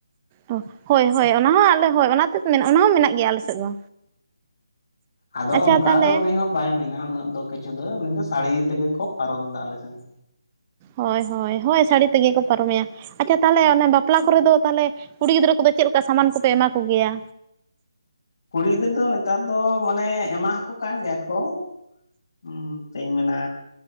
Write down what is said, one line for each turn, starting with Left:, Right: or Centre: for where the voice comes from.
Right: ᱚ ᱦᱳᱭ ᱦᱳᱭ ᱚᱱᱟ ᱦᱚᱸ ᱟᱞᱮ ᱦᱳᱭ ᱚᱱᱟ ᱛᱮᱫ ᱢᱮᱱᱟᱜ ᱚᱱᱟ ᱢᱮᱱᱟᱜ ᱜᱮᱭᱟ ᱟᱞᱮ ᱥᱮᱫ ᱫᱚ
Left: ᱟᱫᱚ
Right: ᱟᱪᱪᱷᱟ
Left: ᱚᱱᱠᱟ
Right: ᱛᱟᱦᱚᱞᱮ
Left: ᱫᱚ ᱩᱱᱤ ᱦᱚᱸ ᱵᱟᱭ ᱢᱮᱱᱟ ᱩᱱᱟᱹᱜ ᱫᱚ ᱠᱤᱪᱷᱩ ᱫᱚ ᱢᱮᱱᱫᱚ ᱥᱟᱹᱲᱤ ᱛᱮᱜᱮ ᱠᱚ ᱯᱟᱨᱚᱢ ᱫᱟ ᱟᱞᱮ ᱥᱮᱱ ᱫᱚ
Right: ᱦᱳᱭ ᱦᱳᱭ ᱦᱳᱭ ᱥᱟᱹᱲᱤ ᱛᱮᱜᱮ ᱠᱚ ᱯᱟᱨᱚᱢᱮᱭᱟ ᱟᱪᱪᱷᱟ ᱛᱟᱦᱚᱞᱮ ᱚᱱᱮ ᱵᱟᱯᱞᱟ ᱠᱚᱨᱮ ᱫᱚ ᱛᱟᱦᱚᱞᱮ ᱠᱩᱲᱤ ᱜᱤᱫᱽᱨᱟᱹ ᱠᱚᱫᱚ ᱟᱫᱚ ᱪᱮᱫ ᱞᱮᱠᱟ ᱥᱟᱢᱟᱱ ᱠᱚᱯᱮ ᱮᱢᱟ ᱠᱚ ᱜᱮᱭᱟ?
Left: ᱠᱩᱲᱤ ᱜᱤᱫᱟᱹᱨ ᱫᱚ ᱱᱮᱛᱟᱨ ᱫᱚ ᱢᱟᱱᱮ ᱮᱢᱟ ᱟᱠᱚ ᱠᱟᱱ ᱜᱮᱭᱟ ᱠᱚ <unintelligible> ᱪᱮᱫ ᱤᱧ ᱢᱮᱱᱟ